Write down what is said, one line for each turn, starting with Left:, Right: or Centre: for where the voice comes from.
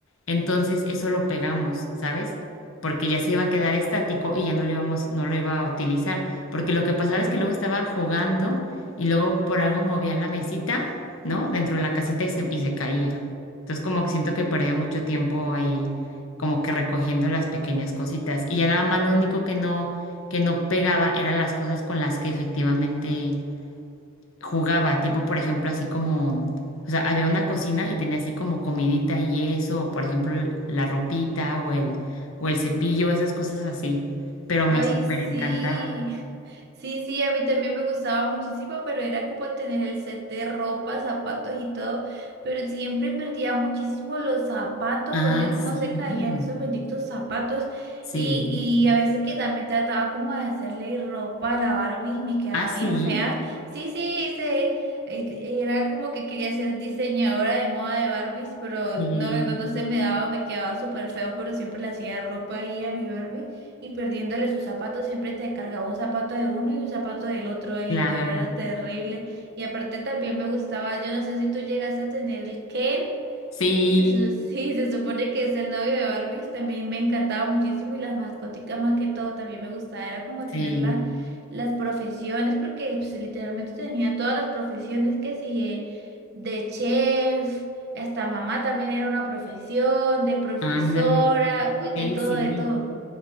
Left: Entonces eso lo pegamos, ¿sabes? Porque ya se iba a quedar estático y ya no lo íbamos, no lo iba a utilizar. Porque lo que pasaba es que luego estaba jugando y luego por algo movía la mesita, ¿no? Dentro de la casita y se, y se caía. Entonces como que siento que perdía mucho tiempo ahí como que recogiendo las pequeñas cositas. Y ya nada más lo único que no, que no pegaba eran las cosas con las que efectivamente jugaba. Tipo, por ejemplo, así como, o sea, había una cocina y tenía así como comidita y eso, o por ejemplo, el- la ropita o el, o el cepillo, esas cosas así. Pero me
Right: Ay,
Left: súper
Right: sí.
Left: encantaba.
Right: <laughs> Sí, sí, a mí también me gustaba muchísimo, pero era como tener el set de ropa, zapatos y todo, pero siempre perdía muchísimo los zapatos,
Left: Ah,
Right: por Dios,
Left: sí,
Right: cómo se caían esos benditos zapatos.
Left: sí.
Right: Y, y a veces que también trataba como de hacerle ropa a la Barbie y me quedaba
Left: Ah, sí,
Right: bien fea. Sí, sí, se, era como que quería ser diseñadora de moda de Barbies, pero
Left: sí,
Right: no, no, no se me daba, me quedaba súper feo, pero siempre le hacía ropa ahí a mi Barbie. Y perdiéndole sus zapatos, siempre te cargaba un zapato de uno y un zapato del otro ahí,
Left: claro.
Right: no era terrible. Y aparte también me gustaba, yo no sé si tú llegaste a tener el Ken,
Left: Sí,
Right: que se, su- <laughs> sí, se supone que es el novio de Barbie, también me encantaba muchísimo y las mascoticas más que todo también me gustaba, era como
Left: sí,
Right: tener la- las profesiones, porque pues, literalmente tenía todas las profesiones que si eh, de chef. Hasta mamá también era una profesión, de profesora,
Left: ándale.
Right: uy, de
Left: Sí,
Right: todo,
Left: sí.
Right: de todo.